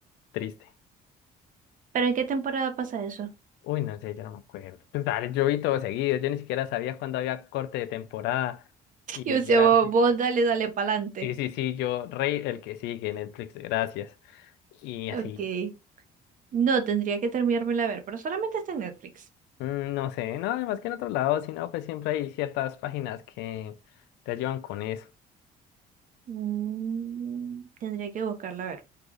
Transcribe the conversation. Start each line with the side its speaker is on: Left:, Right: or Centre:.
Left: triste.
Right: ¿pero en qué temporada pasa eso?
Left: Uy, no sé, yo no me acuerdo. Pues dale, yo vi todo seguido, yo ni siquiera sabía cuándo había corte de temporada, y
Right: Y o sea,
Left: era...
Right: vos, vos dale, dale pa'lante.
Left: Sí, sí, sí, yo, Rey, el que sigue, Netflix, gracias. Y así,
Right: Ok. No, tendría que terminármela a ver, pero solamente está en Netflix.
Left: mm, no sé, no, además que en otro lado, si no, pues siempre hay ciertas páginas que te ayudan con eso. <laughs>
Right: Mm, tendría que buscarla a ver.